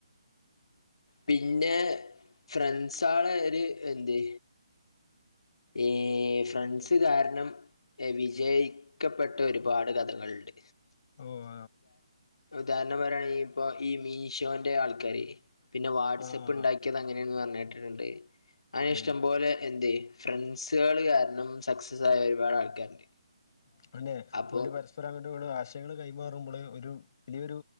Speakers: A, on the left; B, on the left.
A: പിന്നെ ഫ്രണ്ട്സ ആള് ഒരു എന്ത് ഈ ഫ്രണ്ട്സ് കാരണം വിജയിക്കപ്പെട്ട ഒരുപാട് കഥകളുണ്ട്
B: ഓഹ്
A: ഉദാഹരണം പറയാണെ ഇപ്പോ ഈ മീഷോന്റെ ആൾക്കാാര് പിന്നെ വാട്സപ്പ്
B: ആഹ് ആഹ്
A: ഉണ്ടാക്കിയത് അങ്ങനെയെന്ന് പറഞ്ഞിട്ടിട്ടുണ്ട് അങ്ങെ നെഇഷ്ടംപോലെ
B: ഉം
A: എന്ത് ഫ്രണ്ട്സുകള് കാരണം സക്സസ് ആയ ഒരുപാട് ആൾക്കാരുണ്ട്
B: <unintelligible>
A: അപ്പൊ
B: ഒരാ ൾഅങ്ങോട്ട് ആശയങ്ങൾ കൈമാറുമ്പോൾേ ഒരു വലിയൊരു